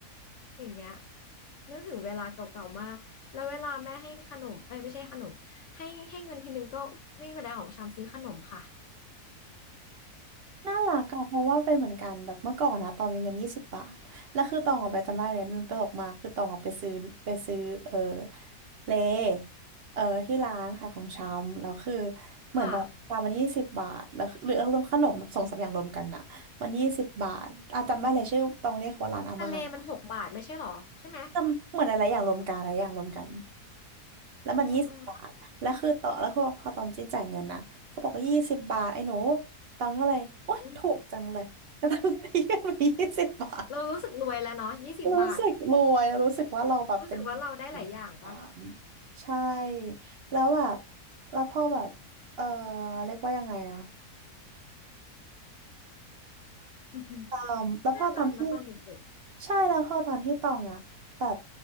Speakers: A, on the left; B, on the right.
A: อย่างเงี้ยนึกถึงเวลาเก่าๆมากแล้วเวลาแม่ให้ขนมเอ้ยไม่ใช่ขนมให้ให้เงินทีนึงก็วิ่งไปแล้วของชามซื้อขนมค่ะ
B: น่ารักอะเพราะว่าเป็นเหมือนกันแบบเมื่อก่อนนะตองมีเงินยี่สิบบาทแล้วคือตองออกไปจำได้เลยมันตลกมากคือตองออกไปซื้อไปซื้อเออเลเออที่ร้านขายของชำแล้วคือเหมือนแบบตามมันยี่สิบบาทแล้วคือหรืออารมณ์ขนมแบบสองสามอย่างรวมกันนะมันยี่สิบบาทอ่จำได้เลยชื่อตองเรียกว่าร้านอาม่า
A: ค่ะทะเลมันหกบาทไม่ใช่หรอใช่ไหม
B: จำเหมือนอะไรอย่างรวมกันอะไรอย่างรวมกัน แล้วมันยี่สิบบาท
A: อืมอืม
B: แล้วคือต่อแล้วคือพอตอนจี้จ่ายเงินนะเขาบอกว่ายี่สิบบาทไอ้หนูตองก็เลย โอ๊ยถูกจังเลยแล้วตองก็ยื่นไปยี่สิบบาท
A: อืมเรารู้สึกรวยแล้วเนาะยี่สิบบาท
B: รู้สึกรวยรู้สึกว่าเราแบบเป็น
A: รู้สึกว่าเราได้หลายอย่างปะ
B: อ่าใช่ แล้วแบบแล้วพอแบบ เออเรียกว่ายังไงอะ
A: <laughs>
B: อืมแล้วพอตอนที่
A: น่ารักนะตอนเด็ก
B: ใช่แล้วพอตอนที่ตองอะแบบ